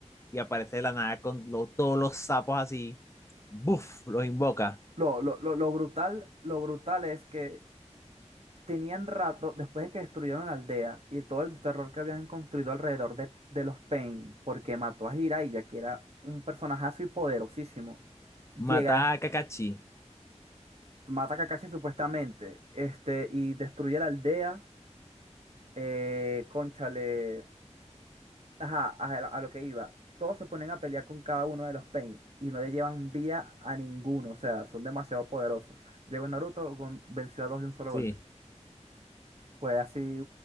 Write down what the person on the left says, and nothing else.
y aparece de la nada con lo- todos los sapos así, ¡buf! Los invoca.
Mata
a Kakashi.
Sí,